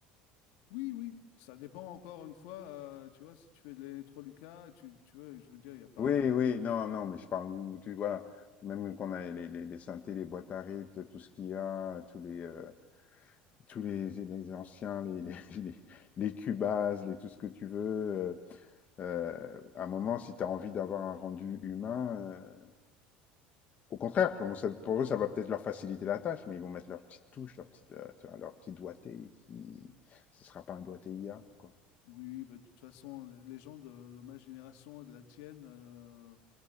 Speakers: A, on the left; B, on the left.
A: Oui, oui, ça dépend encore une fois, euh, tu vois, si tu fais de l'électroluca, tu, tu vois, je veux dire, il n'y a pas...
B: Oui, oui, non, non, mais je parle où tu voilà, même qu'on a les, les, les synthés, les boîtes à rythme, tout ce qu'il y a, tous les euh, tous les, les anciens, les les, <laughs> les, les Cubase, les tout ce que tu veux. euh, euh, à un moment, si tu as envie d'avoir un rendu humain, euh, au contraire, pour, moi, ça- pour eux, ça va peut-être leur faciliter la tâche, mais ils vont mettre leur petite touche, leur petite euh, tu vois, leur petit doigté qui ce sera pas un doigté IA, quoi.
A: Oui, bah, de toute façon, les gens de, de ma génération, de la tienne... euh,